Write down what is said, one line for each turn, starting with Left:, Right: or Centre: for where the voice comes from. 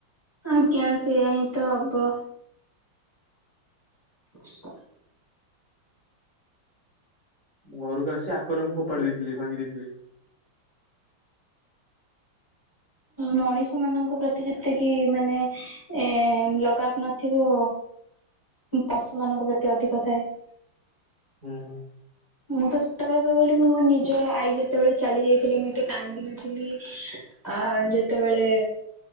Left: ଆଜ୍ଞା ସେୟା ହିଁ ତ ହବ। <inaudible>
Right: ଘରକୁ ଆସି ଆକାରରଙ୍କୁ ଫୋପାଡି ଦେଇଥିଲି ଭାଙ୍ଗି ଦେଇଥିଲି।
Left: ମଣିଷ ମାନଙ୍କ ପ୍ରତି ଯେତିକି ମାନେ ଏ ଲଗାବ ନଥିବ ପଶୁ ମାନଙ୍କ ପ୍ରତି ଅଧିକ ଥାଏ।
Right: ହୁଁ।
Left: ମୁଁ ତ ସେତେ କହିବାକୁ ଗଲି ମୁଁ ମ ନିଜ ଆଈ ଯେତେବେଳେ ଚାଲି ଯାଇଥିଲଥିଲେ ମତ ଏତେ କାନ୍ଦିନଥିଲି ଆ ଯେତେବେଳେ